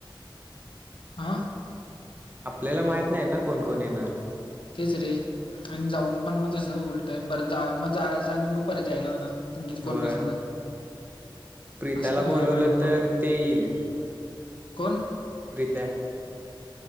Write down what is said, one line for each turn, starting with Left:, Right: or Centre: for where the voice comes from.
Left: हा
Right: आपल्याला माहत नाही ना कोणकोण ये ना
Left: तेच रे आणि जाऊन पण मग तसं उलतंय परत जा मग जायचं आणि मग परत यायला लागणार गी कोण
Right: होय
Left: नसलं तर
Right: प्रीताला
Left: असं काय
Right: बोलवलं
Left: बाय बाय हो ना
Right: तर
Left: मग
Right: ते येईल
Left: कोण
Right: प्रीत